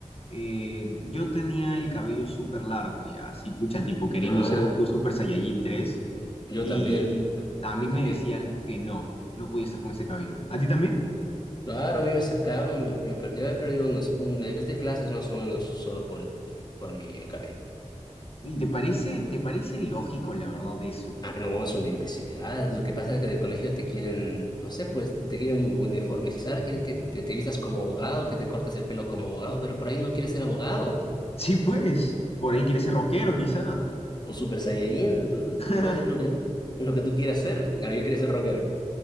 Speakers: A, on the left; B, on the left.
A: eh, yo tenía el cabello súper largo ya, así pucha, tipo queriendo
B: Ah,
A: ser Goku Super Saiyajin 3
B: yo
A: y
B: también,
A: a mí
B: yo también.
A: me decían que no, no podía estar con ese cabello. ¿A ti también?
B: Claro, a mí me sacaron, yo, per- yo he perdido unos, un mes de clases más o menos solo por, por mi cabello.
A: ¿Y te parece, te parece lógico la verdad eso?
B: Ah, no, es una imbecilidad. Lo que pasa es que en el colegio te quieren, no sé, pues te quieren uniformizar, quieren que que te, vistas como abogado, que te cortes el pelo como abogado, pero por ahí no quieres ser abogado po.
A: Sí, pues, por ahí quieres ser rockero quizá.
B: o super saiyajin,
A: <laughs>
B: pues es lo que, lo que tú quieras ser. Claro, yo quería ser rockero.